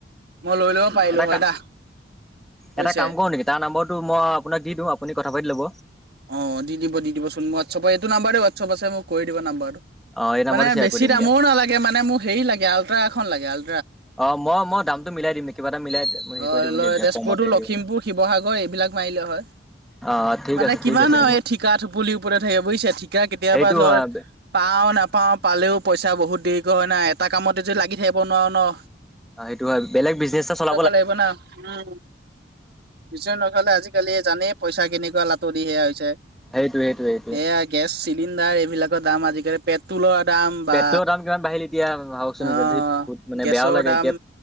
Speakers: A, on the right; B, in the centre.
A: মই লৈ ল'ব পাৰিলো
B: এটা
A: হয়
B: কা
A: দা বুজিছে
B: এটা কাম কৰো নেকি তাৰ নাম্বৰটো মই আপোনাক দি দিউ আপুনি কথা পাতি ল'ব।
A: অ দি দিব দি দিবচোন হোৱাটছএপ এইটো নাম্বাৰাতে হোৱাটছআপ আছে মোক কৰি দিবা নাম্বাৰটো
B: অ' এই নাম্বাৰটো
A: মানে
B: শ্বেয়াৰ
A: বেছি
B: কৰি দিম
A: দামৰো
B: দিয়া।
A: নালাগে মানে মোক হেৰি লাগে আল্ট্ৰা এখন লাগে আল।
B: অ মই, মই দামতো মিলাই দিম কিবা এটা মিলাই হেৰি
A: অ
B: কৰি দিম
A: ল
B: তেতিয়া
A: তেজপুৰতটো
B: কমতে
A: লখিমপুৰ
B: দিম
A: শিৱসাগৰ এইবিলাক মাৰিলে হয়।
B: অ ঠিক
A: মানে
B: আছে
A: কিমান
B: ঠিক আছে
A: আৰু এই ঠিকা থুপুলিৰ ওপৰতে থাকিব বুজিছে ঠিকা কেতিয়াবা
B: সেইটো
A: ধৰ
B: হয়
A: পাও। পাওঁ নাপাও পালেও পইচা বহুত দেৰিকে হয় নাই এটা কামতে যদি লাগি থাকিব নোৱাৰো ন।
B: অহ, সেইটো হয়। বেলেগ বিজনেছ এটা চল
A: ব লাগিব না উম কিছ নকাললে আজিকালি জানেই পইচা কেনেকুৱা লাতুৰি সেয়া হৈছে।
B: সেইটো, সেইটো সেইটোৱে
A: এয়া গেছ চিলিণ্ডাৰ এইবিলাকৰ দাম আজিকালি পেট্ৰলৰ দাম বা
B: পেট্ৰলৰ দাম কিমান বাঢ়িল এতিয়া ভাবকচোন
A: আহ
B: এতিয়া ধেত বহুত মানে
A: গেছৰ
B: বেয়াও লাগে
A: দাম
B: এতিয়া